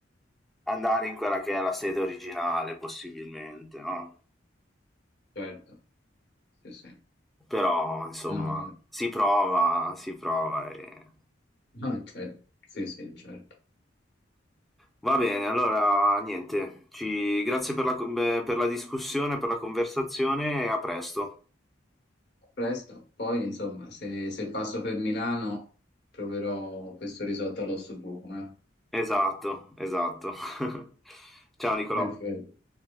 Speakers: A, in the centre; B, on the left (about 55°).
A: andare in quella che è la sede originale, possibilmente, no?
B: certo, sì, sì.
A: Però, insomma,
B: No, eh,
A: si prova, si prova e...
B: no, certo. Sì, sì, certo.
A: Va bene, allora niente, ci... grazie per la, con- beh, per la discussione, per la conversazione e a presto.
B: Presto, poi insomma, se, se passo per Milano proverò questo risotto all'osso buco. eh.
A: Esatto, esatto. <laughs> Ciao Nicolò.
B: Perfetto.